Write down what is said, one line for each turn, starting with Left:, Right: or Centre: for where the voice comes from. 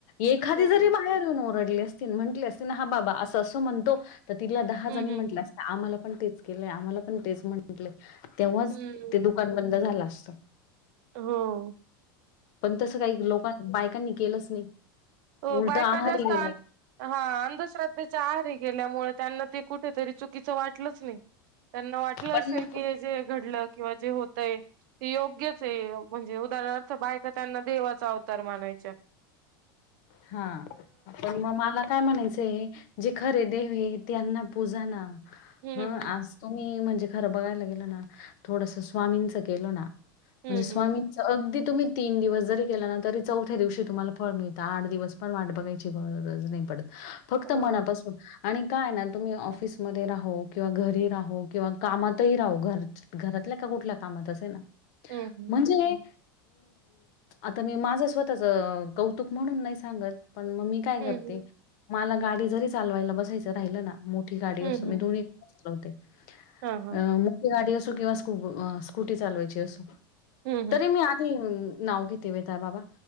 Left: एखादी
Right: हो.
Left: जरी बाहेर येऊन अस ह बा अस अस म्हणतो तर तिला दहा
Right: हं,
Left: ज म्हट
Right: हं.
Left: आम्हा पण तेच केलंय आम्हाला पण तेच म्हंटले तेव्हाच
Right: हं.
Left: ते दुकान बंद झालं असत
Right: हो.
Left: पण तस काही लोकां बायकांनी केलंच नाही.
Right: हो
Left: उलट
Right: बायका
Left: आहारी
Right: जास्त
Left: गेलं
Right: आं हां अंधश्रद्धेच्या आहारी गेल्यामुळे त्यांना ते कुठेतरी चुकीचं वाटलंच नाही. त्यांना वाटलं
Left: पण
Right: असेल की हे जे घडलं किंवा जे होतय ते योग्य यच म्हणजे उदाहरणार्थ बायका त्यांना देवाचा अवतार मानाच्या.
Left: हा पण मग मला काय म्हणायचंय आहे जे खरे देव त्यांना पूजा ना
Right: हं,
Left: ह आज तुम्ही म्हणजे खर बघायला गेल ना थोडसंच स्वामीचं केल ना
Right: हं,
Left: म्हणजे स्वामींच
Right: हं.
Left: अगदी तुम्ही तीन दिवस जरी केला ना तरी चौथ्या दिवशी तुम्हाला फळ मिळत आठ दिवस पण वाट बघायची गरजच नाही पडत फक्त
Right: हां.
Left: मनापासून आणि काय ना तुम्ही ऑफिसमध्ये राहो किंवा घरी राहो किंवा कामातही राहू घरच घरात कुठल्या का कुठल्या कामात असे ना
Right: हं, हं.
Left: म्हणजे आता मी माझं स्वतःच कौतुक म्हणून नाही सांगत पण मग मी काय
Right: हं,
Left: करते
Right: हं.
Left: मला गाडी जरी चालवायला बसायचं राहिलं ना मोठी गाडी
Right: हं,
Left: असो. मी
Right: हं.
Left: दोन्ही चालवते
Right: हां, हां.
Left: अ मोठी गाडी असो किंवा वा स्कूटी चालवायची असो
Right: हं,
Left: तरी
Right: हं.
Left: मी आधी नाव घेते वेताल बाबा